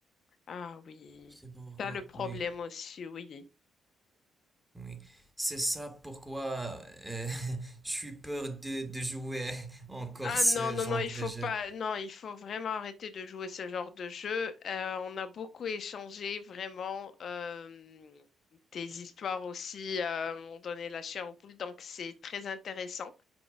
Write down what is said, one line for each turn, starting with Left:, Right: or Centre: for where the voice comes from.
Left: Ah oui.
Centre: C'est pourquoi,
Left: T'as le problème
Centre: oui,
Left: aussi, oui.
Centre: oui. C'est ça pourquoi euh, <laughs> je suis peur de, de jouer encore
Left: Ah
Centre: ce
Left: non, non,
Centre: genre
Left: non, il faut
Centre: de jeu.
Left: pas, non, il faut vraiment arrêter de jouer ce genre de jeu. Euh, on a beaucoup échangé, vraiment, euh, tes histoires aussi euh, m'ont donné la chair aux poules, donc c'est très intéressant.